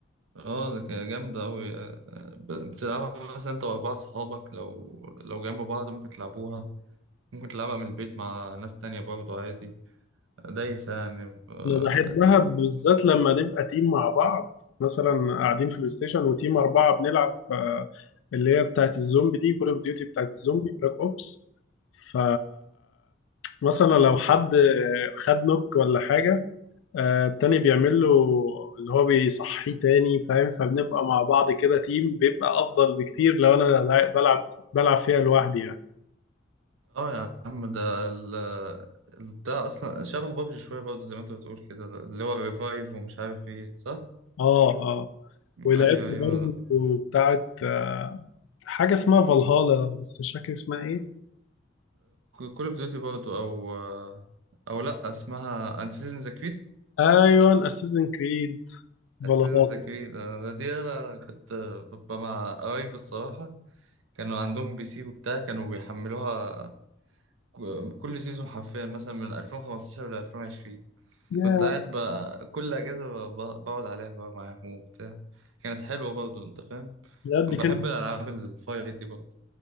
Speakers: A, on the right; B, on the left.
A: اه ده كان جامده قوي بتلعبها مثلا انت واربعه صحابك لو لو جنب بعض ممكن تلعبوها ممكن تلعبها من البيت مع ناس تانية برضه عادي دايسة يعني اه
B: انا بحبها بالذات لما نبقى تيم مع بعض مثلا قاعدين في البلاي ستيشن وتيم اربعة بنلعب آه اللي هي بتاعت الزومبي دي كول اوف ديوتي بتاعت الزومبي بلاك اوبس ف مثلا لو حد خد نوك ولا حاجة آه، التاني بيعمل له اللي هو بيصحيه تاني فاهم فبنبقى مع بعض كده تيم بيبقى افضل بكتير لو انا لا- بلعب بلعب فيها لوحدي يعني
A: آه يا عم ده ال- البتاع اصلا شبه بابجي شوية برضه زي ما انت بتقول كده اللي هو الريفايف ومش عارف ايه صح؟
B: اه اه
A: ايوه
B: ولعبت برضه
A: ايوه
B: بتاعت آه، حاجة اسمها فالهالا بس مش فاكر اسمها ايه
A: كول اوف ديوتي برضه او آه، او لا اسمها انسيزن ذا
B: ايوه اساسن كريد
A: اساسنز
B: فالهالا
A: كريد انا دي انا كنت ببقى مع قرايبي الصراحه كانوا عندهم بي سي وبتاع كانوا بيحملوها ك- كل سيزون حرفيا مثلا من 2015 ل 2020
B: يا
A: كنت قاعد بقى كل اجازه ب- ب- بقعد عليها بقى معاهم وبتاع كانت حلوه برضه انت فاهم
B: لا دي
A: انا
B: كانت
A: بحب الالعاب الفايت دي برضه